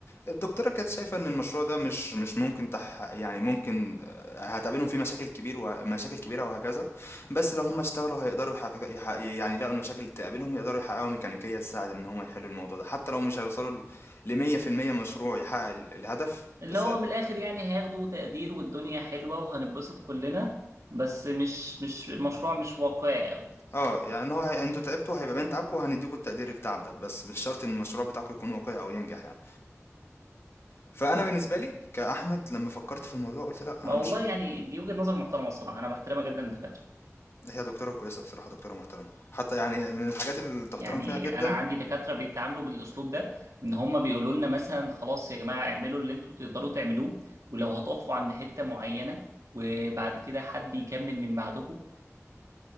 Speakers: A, on the left (about 55°); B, on the right (about 85°).
A: الدكتورة كانت شايفة إن المشروع ده مش مش ممكن تح يعني ممكن آه، هتقابلهم فيه مشاكل كبير ومشاكل كبيرة وهكذا بس لو هم اشتغلوا هيقدروا يحقق يح- يعني لقوا المشاكل اللي تقابلهم يقدروا يحققوا ميكانيكية تساعد إن هم يحلوا الموضوع ده حتى لو مش هيوصلوا ل 100% مشروع يحقق ال- الهدف بس
B: اللي هو من الاخر يعني هياخدوا تقدير والدنيا حلوة وهنتبسط كلنا بس مش مش المشروع مش واقعي قوي
A: اه يعني إن هو هي- انتوا تعبتوا هيبقى باين تعبكم وهنديكوا التقدير التعب ده بس مش شرط ان المشروع بتاعكم يكون واقعي او ينجح يعني فانا بالنسبه لي كاحمد لما فكرت في الموضوع قلت لا
B: ما
A: انا
B: والله
A: مش
B: يعني دي وجهة نظر محترمة الصراحة انا بحترمها جدا الدكاترة
A: هي دكتورة كويسة بصراحة دكتورة محترمة حتى يعني من الحاجات اللي تحترم
B: يعني
A: فيها جدا
B: انا عندي دكاترة بيتعاملوا بالاسلوب ده ان هم بيقولوا لنا مثلا خلاص يا جماعة اعملوا اللي انتوا تقدروا تعملوه ولو هتقفوا عند حتة معينة وبعد كده حد يكمل من بعدكم